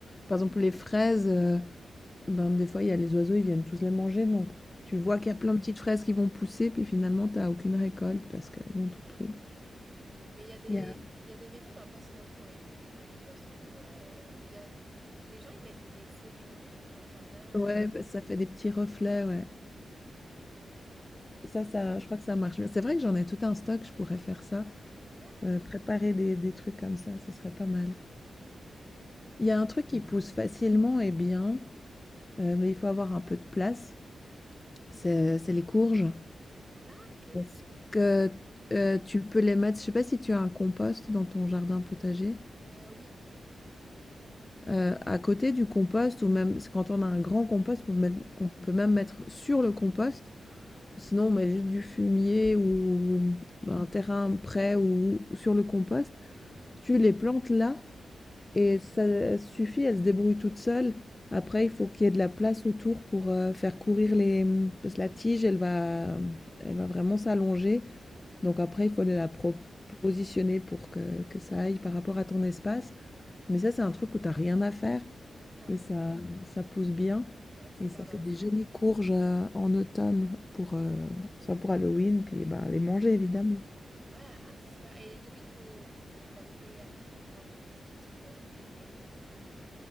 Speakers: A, on the left; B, on the right.
A: Par exemple, les fraises, euh, ben, des fois, il y a les oiseaux, ils viennent tous les manger. Donc, tu vois
B: Mm.
A: qu'il y a plein de petites fraises qui vont pousser, puis finalement, tu n'as aucune récolte parce qu'elles ont tout
B: Oui.
A: pris.
B: Mais il y a des,
A: Il y a-
B: il y a des méthodes en place, non, pour éviter que les oiseaux euh, viennent. ils- les gens, ils mettent des CD, non? Dans le jardin.
A: Ouais,
B: euh,
A: bah, ça fait des petits reflets, ouais.
B: ouais.
A: Ça,
B: Mais
A: ça, je crois que ça marche bien. C'est vrai que j'en ai tout un stock, je pourrais faire ça.
B: ouais,
A: Euh, préparer des, des trucs comme ça, ce serait pas mal.
B: mais... mais-
A: Il y a un truc qui pousse facilement et bien, euh, mais il faut avoir un peu de place. C'est, c'est les courges.
B: Ah, ok.
A: Parce que euh, tu peux les mettre, je sais pas si tu as un compost dans ton jardin potager.
B: Euh, oui, oui, j'en ai une.
A: Euh, à côté du compost, ou même c'est quand on a un grand compost, on peut, mettre- on peut même mettre sur le compost. Sinon, on met juste du fumier ou ben, un terrain prêt ou sur le compost. Tu les plantes là et ça suffit, elles se débrouillent toutes seules. Après, il faut qu'il y ait de la place autour pour euh, faire courir les... Parce que la tige, elle va, elle va vraiment s'allonger. Donc après, il faut la pro- positionner pour que, que ça aille par rapport à ton espace. Mais ça, c'est un truc où t'as rien à faire
B: Ouais.
A: et ça, ça pousse bien.
B: Ah ouais, c'est
A: Et
B: pas
A: ça
B: mal.
A: fait des jolies courges euh, en automne pour, euh, soit pour Halloween, puis ben, les manger
B: Ouais.
A: évidemment.
B: Ouais, ah, c'est super. Et du coup, il faut, il faut les planter à peu près quand? C'est pendant l'été ou...